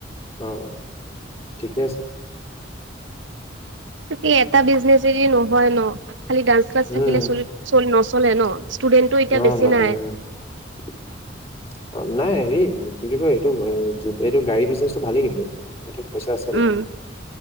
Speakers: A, on the left; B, on the right.
A: অঁ ঠিকে আছ
B: ত কি এটা বিজনেচ এৰি নহয় ন, খালি ডান্স ক্লাছ
A: উম
B: থাকিলে চল চল নচলে ন! ষ্টুডেণ্টটো এতিয়া
A: অ
B: বেছি
A: মা
B: নাই!
A: উম <unintelligible> অ নাই হেৰি, কি বুলি কয় এইটো এইটো গাড়ী বিজনেচটো ভালেই কিন্তু এইটো পইচা আছে অলপ।
B: উম